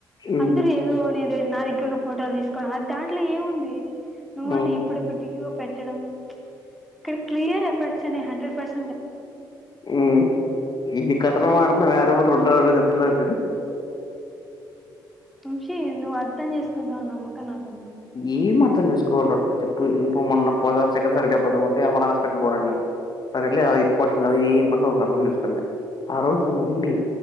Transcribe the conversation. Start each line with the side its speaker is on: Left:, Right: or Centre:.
Left: ఉమ్
Centre: అందరు ఏదో నీదేద్ నాదే కన్న ఫోటోలు తీసుకోవడం అది దాంట్లో ఏముంది నువయితె
Left: ఉమ్
Centre: ఎప్పుడెప్పటియో పెట్టడం. ఇక్కడ క్లియర్ ఎఫర్ట్స్ అనే హండ్రెడ్ పర్స్
Left: మ్ ఏంది కథలు పాడ్తున్నారు యారో టుటల్ గా చెప్పలేదు మీరు
Centre: వంశీ నువ్వు అర్థం చేసుకుంటవు అని నమ్మకం నాకు ఉంది.
Left: ఏమర్ధం చేసుకోవాల్ర చెప్పు ఇం పొమ్మన్న పోదా సెకండ్ సాటర్డే పోదామంటే మన హాస్పిటల్ పోవాలడ్నవ్ సరేలే అది ఇబ్బంది పాడుతుంది కదా ఏం ఇబ్బందో తర్వాత చూసుకుందం ఆ రోజు ఉండి